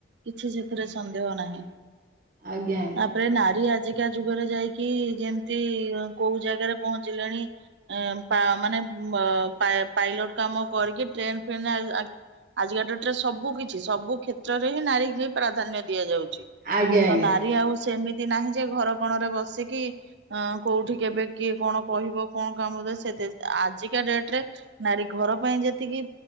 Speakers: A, on the right; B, on the right.
A: କିଛି ସେଥିରେ ସନ୍ଦେହ ନାହିଁ।
B: ଆଜ୍ଞା
A: ତାପରେ ନାରୀ ଆଜି କା ଯୁଗରେ ଯାଇକି ଯେମିତି କୋଉ ଜାଗାରେ ପହଞ୍ଚିଲେଣି ଆ ମା ମାନେ ମ ପା ପାଇଲଟ କାମ କରିକି ଟ୍ରେନ ଫ୍ରେନେରେ ଆ ଆ ଆଜିକା ଡେଟ୍ ରେ ସବୁ କିଛି ସବୁ କ୍ଷେତ୍ରରେ ହିଁ ନାରୀକି ପ୍ରାଧାନ୍ୟ ଦିଆଯାଉଛି।
B: ଆଜ୍ଞା।
A: ତ ନାରୀ
B: ଆଜ୍ଞା
A: ଆଉ ସେମି ତି ନାହିଁ ଯେ ଘର କଣରେ ବସିକି ଅଁ କୋଉଠି କେବେ କିଏ କଣ କହିବ କଣ କାମ ଦେ ସେ ଆଜିକା ଡେଟ୍ ରେ ନାରୀ ଘର ପାଇଁ ଯେତିକି